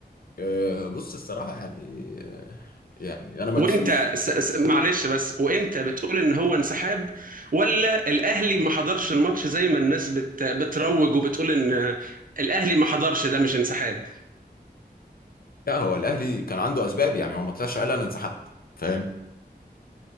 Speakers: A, on the left; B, on the right.
A: آه، بص الصراحة يعني آه، يعني أنا مكسوف
B: وانت س... س... معلش بس وانت بتقول ان هو انسحاب ولا الاهلي ما حضرش الماتش زي ما الناس بت... بتروج وبتقول ان الاهلي ما حضرش ده مش انسحاب
A: لا هو الأهلي كان عنده أسباب يعني هو ما طلعش قال أنا انسحبت فاهم